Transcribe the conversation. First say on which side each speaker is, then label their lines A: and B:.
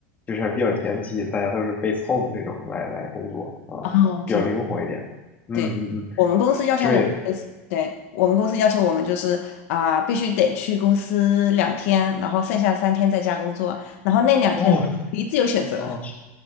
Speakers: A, on the left (about 20°); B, on the left (about 70°).
A: 就是还比较前期，大家都是 base home 这种来来工作啊，
B: 哦，
A: 比较灵活一点。
B: 挺好。
A: 嗯嗯嗯，
B: 对，我们公司要求我们就是，
A: 对，
B: 对，我们公司要求我们就是啊、必须得去公司两天，然后剩下三天在家工作，然后那两天可以自由选择
A: 哦哦，